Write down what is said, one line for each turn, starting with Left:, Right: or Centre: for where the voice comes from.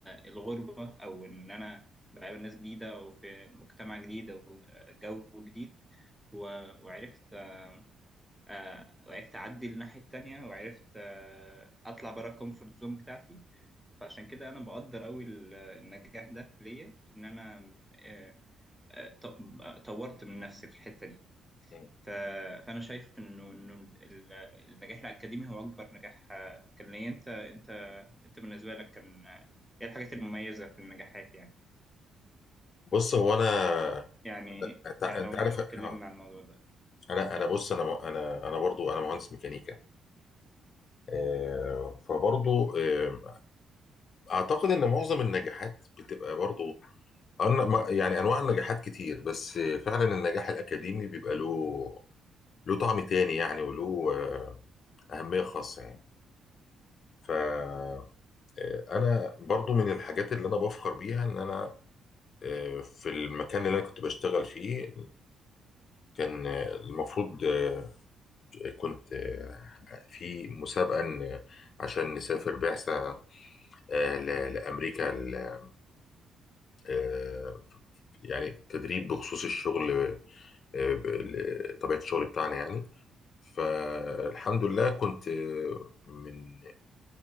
Centre: الغربة أو إن أنا بقابل ناس جديدة أو في مجتمع جديد أو جو جديد و- وعرفت آه، آه، وعرفت اعدي للناحيه التانية وعرفت آه، اطلع بره الكومفورت زون بتاعتي فعشان كده انا بقدر قوي النجاح ده ليا ان انا آه، آه، ط- طورت من نفسي في الحته دي
Left: مم.
Centre: ف- فانا شايف انه انه ال- النجاح الاكاديمي هو اكبر نجاح آه، كان ليا انت انت انت بالنسبه لك كان آه، ايه الحاجات المميزه في النجاحات يعني
Left: بص هو انا
Centre: يعني
Left: انت
Centre: يعني
Left: أنت
Centre: لو ممكن
Left: عارف آه،
Centre: تكلمنا عن الموضوع ده
Left: انا انا بص انا م- انا انا برضو انا مهندس ميكانيكا آه، فبرضو آه، اعتقد ان معظم النجاحات بتبقى برضو أن- ما- يعني انواع النجاحات كتير بس آه، فعلا النجاح الاكاديمي بيبقى له له طعم تاني يعني وله آه، اهمية خاصة يعني ف آه، انا برضو من الحاجات اللي انا بفخر بيها ان انا آه، في المكان اللي انا كنت بشتغل فيه كان آه، المفروض آه، كنت آه، في مسابقة إن- عشان نسافر بعثة آه، ل- لأمريكا ل- آه، يعني تدريب بخصوص الشغل آه، ب- ل- طبيعة الشغل بتاعنا يعني فالحمد لله كنت آه، من